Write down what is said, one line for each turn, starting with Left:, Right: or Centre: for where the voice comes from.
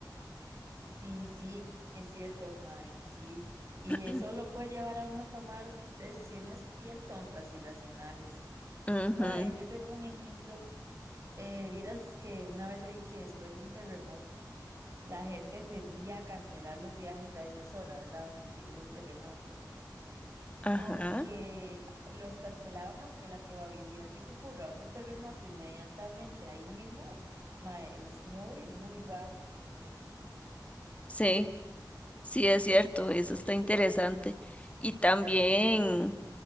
Right: Sí, sí, es cierto, mae, sí. Y
Left: <clears throat>
Right: eso lo puede llevar a uno a tomar decisiones bien tontas y racionales.
Left: Ujú,
Right: Mae, yo tengo un ejemplo. Eh, vieras que una vez leí que después de un terremoto, la gente tendía a cancelar los viajes a esa zona, ¿verdad? Donde hubo el terremoto.
Left: Ajá,
Right: Aunque los cancelaban, aunque la probabilidad de que ocurra otro terremoto inmediatamente ahí mismo ma, es muy, muy baja, pero bueno.
Left: sí, sí es cierto, eso está interesante. Y también